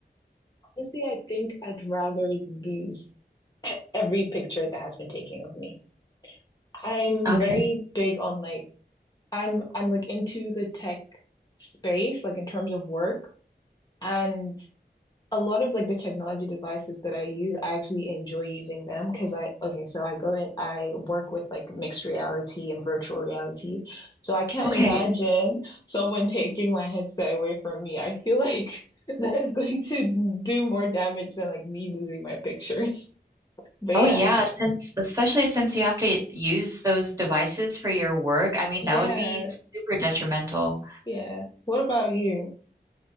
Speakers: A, on the left (about 25°); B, on the right (about 20°).
A: Honestly, I think I'd rather lose <laughs> every picture that has been taken of me. I'm
B: Okay.
A: very big on like I'm I'm like into the tech space, like in terms of work. And a lot of like the technology devices that I use, I actually enjoy using them because I, okay, so I go and I work with like mixed reality and virtual reality. So I can't
B: Okay.
A: imagine someone taking my headset away from me. I feel like <laughs> that is going to do more damage than like me losing my pictures. <laughs> But
B: Oh
A: yeah,
B: yeah,
A: I-
B: since especially since you have to use those devices for your work, I mean
A: yeah,
B: that would be super detrimental.
A: yeah. What about you?